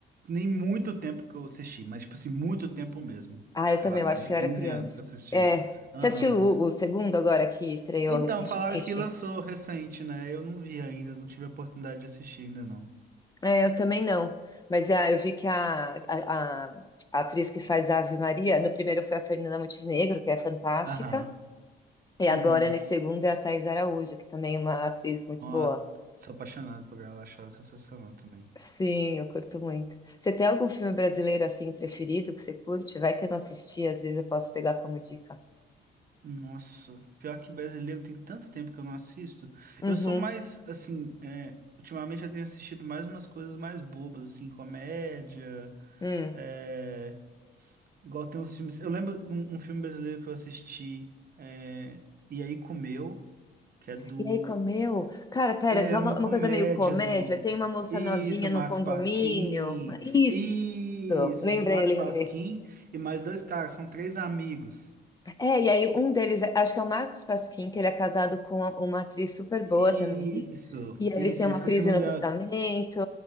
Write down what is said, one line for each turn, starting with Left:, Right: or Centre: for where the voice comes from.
Right: Nem muito tempo que eu assisti, mas, tipo assim, muito tempo mesmo.
Left: Ah, eu
Right: Sei
Left: também,
Right: lá, mais
Left: eu acho
Right: de
Left: que
Right: 15
Left: eu era criança.
Right: anos que eu assisti.
Left: É.
Right: Aham.
Left: Você assistiu o, o segundo agora que estreou
Right: E- Então,
Left: recentemente?
Right: falaram que lançou recente, né? Eu não vi ainda, não tive a oportunidade de assistir ainda, não.
Left: É, eu também não. Mas ah, eu vi que a, a, a- a atriz que faz a Ave Maria, no primeiro foi a Fernanda Montenegro, que é fantástica.
Right: Aham.
Left: E agora,
Right: Uhum.
Left: nesse segundo, é a Thais Araújo, que também é uma atriz muito
Right: Ó,
Left: boa.
Right: sou apaixonado por ela, acho ela sensacional também.
Left: Sim, eu curto muito. Você tem algum filme brasileiro assim preferido que você curte? Vai que eu não assisti, às vezes eu posso pegar como dica.
Right: Nossa, pior que brasileiro tem tanto tempo que eu não assisto.
Left: Uhum.
Right: Eu sou mais, assim, é, ultimamente eu tenho assistido mais umas coisas mais bobas, assim, comédia,
Left: Hum.
Right: é, igual tem uns filmes. Eu lembro um, um filme brasileiro que eu assisti, é, E aí Comeu, que é do.
Left: E aí, comeu? Cara, pera,
Right: É
Left: é
Right: uma
Left: uma, uma
Right: comédia
Left: coisa meio comédia.
Right: do.
Left: Tem uma moça
Right: Isso,
Left: novinha
Right: do Max
Left: no condomínio.
Right: Pasquim.
Left: Isso!
Right: Isso,
Left: Lembrei,
Right: é do Max
Left: lembrei.
Right: Pasquim e mais dois caras, são três amigos.
Left: É, e aí um deles, acho que é o Marcos Pasquim, que ele é casado com uma atriz super
Right: Isso,
Left: boa também. E aí
Right: isso,
Left: eles têm uma
Right: eu esqueci
Left: crise
Right: o nome
Left: no
Right: dela.
Left: casamento.